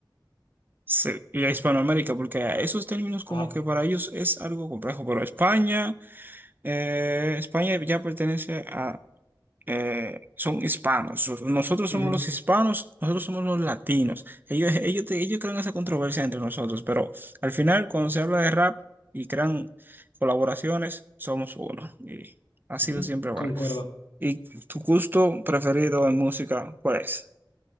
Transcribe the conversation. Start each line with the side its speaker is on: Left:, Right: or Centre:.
Right: sí. Y a Hispanoamérica, porque esos términos como
Left: Ajá,
Right: que para ellos es algo complejo, pero España, eh, España ya pertenece a eh, son hispanos. Sus- Nosotros somos
Left: ujú,
Right: los hispanos, nosotros somos los latinos. Ellos, ellos, te- ellos crean esa controversia entre nosotros, pero al final, cuando se habla de rap y crean colaboraciones, somos uno. Y ha sido
Left: ujú,
Right: siempre bueno.
Left: concuerdo.
Right: ¿Y tu gusto preferido en música, cuál es?